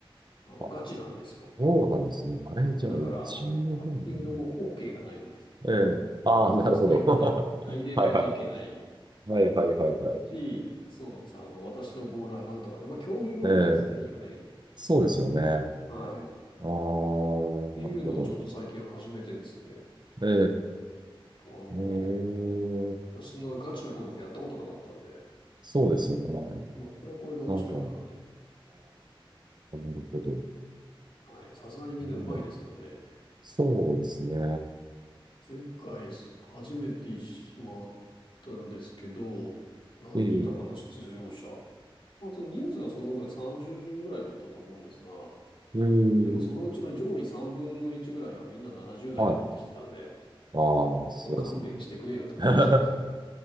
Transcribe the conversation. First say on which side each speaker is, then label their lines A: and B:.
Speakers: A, on the left (about 65°); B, on the right (about 50°).
A: あの、
B: あ、
A: ガチなんですよ。
B: そうなんですね。あれ、じゃあ、
A: だから、
B: うちの方にね。
A: あの、パッティングも OK がないんです。
B: ええ、ああ、
A: ちゃんと最後まであ入れないといけない
B: なるほど。<laughs> はいはいはい。はいはいはいはい。
A: し、そうなんです。あの、私のボールはなんとかで、まあ、競技ゴルフですよね、
B: ええ、
A: いわゆる。
B: そうですよね。ああ、な
A: はい。っ
B: るほど。
A: ていうのをちょっと最近始めてですね、
B: え
A: あの、
B: え、ええ、
A: そんなガチなゴルフやったことなかったんで、
B: そうですよね。
A: まあ、これはこれで面白いなと。
B: なんか、ああ、なるほど。
A: はい。さすがにみんな上手いですけどね。
B: うんそうですね。
A: 前回初めてしまったんですけど、何人いたかな、
B: ええ、
A: 出場者。まあ、その人数はそのぐらい、30人ぐらいだったと思うんですが、
B: うん
A: でもそのうちの上位3分の1ぐらいはみんな70代で回ってきてたんで、
B: はい。ああ、そうですね。
A: まあ勘弁してくれよって感じでしたね。
B: <laughs>